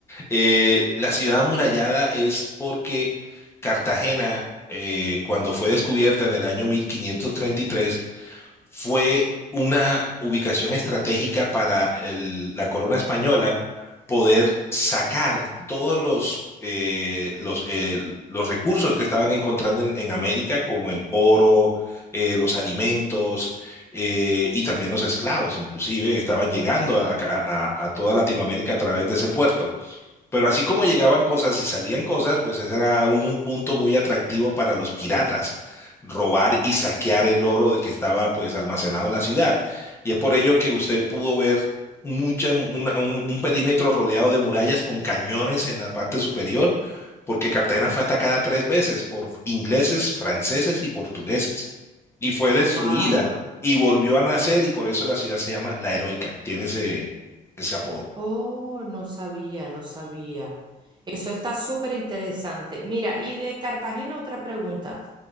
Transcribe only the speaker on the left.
Eh, la ciudad amurallada es porque Cartagena, eh, cuando fue descubierta en el año 1533, fue una ubicación estratégica para el- la corona española poder sacar todos los, eh, los, eh, los recursos que estaban encontrando en, en América, como el oro, eh, los alimentos eh, y también los esclavos, inclusive, estaban llegando a la ca- a a toda Latinoamérica a través de ese puerto. Pero así como llegaban cosas y salían cosas, pues ese era un punto muy atractivo para los piratas, robar y saquear el oro de que estaba pues almacenado en la ciudad. Y es por ello que usted pudo ver mucha, una- un, un perímetro rodeado de murallas con cañones en la parte superior, porque Cartagena fue atacada tres veces por ingleses, franceses y portugueses. Y fue destruida
y volvió a nacer y por eso la ciudad se llama La Heroica, tiene ese, ese apodo.